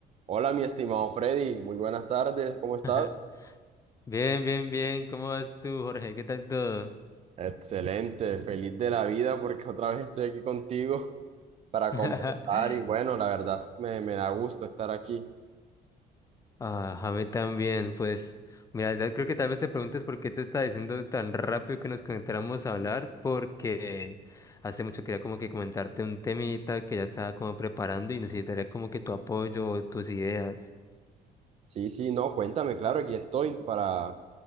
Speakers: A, on the right; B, on the left.
A: Hola, mi estimado Freddy, muy buenas tardes, ¿cómo estás?
B: <laughs> Bien, bien, bien. ¿Cómo vas tú, Jorge? ¿Qué tal todo?
A: Excelente, feliz de la vida porque otra vez estoy aquí contigo para
B: <laughs>
A: conversar y bueno, la verdad es- me, me da gusto estar aquí.
B: Ah, a mí también, pues. Mira, ya creo que tal vez te preguntes por qué te estaba diciendo tan rápido que nos conectáramos a hablar, porque hace mucho quería como que comentarte un temita que ya estaba como preparando y necesitaría como que tu apoyo o tus ideas.
A: Sí, sí, no, cuéntame, claro, aquí estoy para